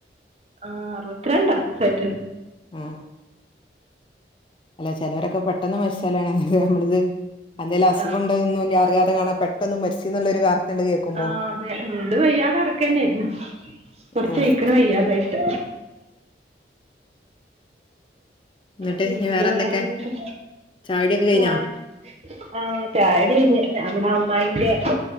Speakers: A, on the right; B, on the left.
A: ആഹ് അറുപത്തിരണ്ടാ സെറ്റ
B: മ് അല്ല ചേലോരൊക്കെ പെട്ടെന്ന് മരിച്ചാലാണ് നമ്മളിത് എന്തേലും അസുഖംണ്ട്ന്ന്
A: ആ
B: ലും അറിയാതെ കാണാ പെട്ടന്ന് മരിച്ച് ന്ന്ള്ളൊരു വാർത്തയണ്ട് കേക്കുമ്പോ
A: ആ അതെ എന്ത് വയ്യാത ക്കെന്നരുന്നു. കൊറച്ച്
B: ആഹ്
A: ആഴിക്കണ വയ്യാതായിട്ട്
B: എന്നിട്ട്
A: പിന്നെ
B: ഇനി വേറെ
A: വേറെന്തക്കെ
B: എന്തൊക്കെ ചായടിയൊക്കെ കഴിഞ്ഞാ
A: പോയേ ആഹ ചാ <unintelligible> നമ്മടെ അമ്മായിന്റെ